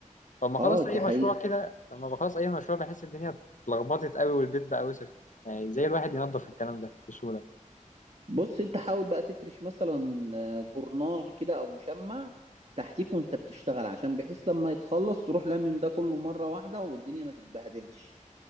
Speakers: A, on the left (about 70°); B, on the right (about 55°).
A: فلما
B: اه
A: خلص
B: دي
A: أي
B: حقيقة
A: مشروع كده لما بخلص أي مشروع بحس الدنيا اتلخبطت قوي والبيت بقى وسخ يعني زي الواحد ينظف الكلام ده بسهولة
B: بص انت حاول بقى تفرش مثلا آه، جورنال كده او مشمع تحتيك وانت بتشتغل عشان بحيث لما يتخلص تروح لمم ده كله مرة واحدة والدنيا ما تتبهدلش